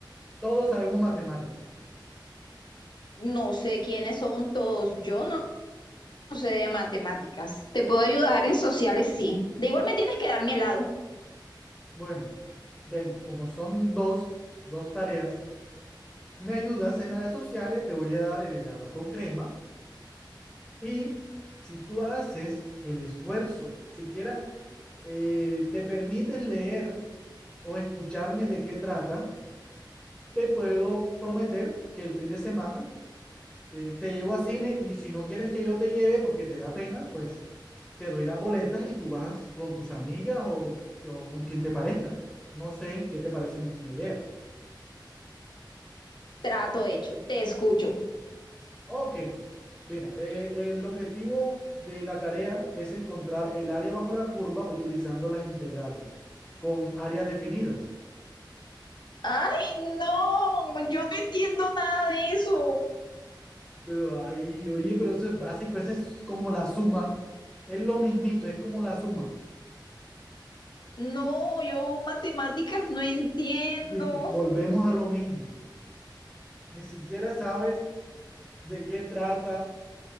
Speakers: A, in the centre; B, on the left.
A: Todos sabemos matemáticas.
B: No sé quiénes son todos, yo no, no sé de matemáticas. Te puedo ayudar en sociales, sí. De igual me tienes que dar mi helado.
A: Bueno, ven, como son dos, dos tareas. me ayudas en las redes sociales, te voy a dar el helado con crema. Y si tú haces el esfuerzo, siquiera eh, te permites leer o escucharme de qué trata, te puedo prometer que el fin de semana eh, te llevo a cine y si no quieres que yo te lleve porque te da pena, pues te doy las boletas y tú vas con tus amigas o, o con quien te parezca. No sé qué te parece mi, mi idea.
B: Trato hecho, te escucho.
A: Ok, mira, eh, el objetivo de la tarea es encontrar el área bajo la curva utilizando las integrales con áreas definidas.
B: Ay, no, yo no entiendo nada de eso.
A: Pero, ay, oye, pero eso es básico, eso es como la suma, es lo mismito, es como la suma,
B: No, yo matemáticas no entiendo.
A: ¿viste? Volvemos a lo mismo. Ni siquiera sabes de qué trata,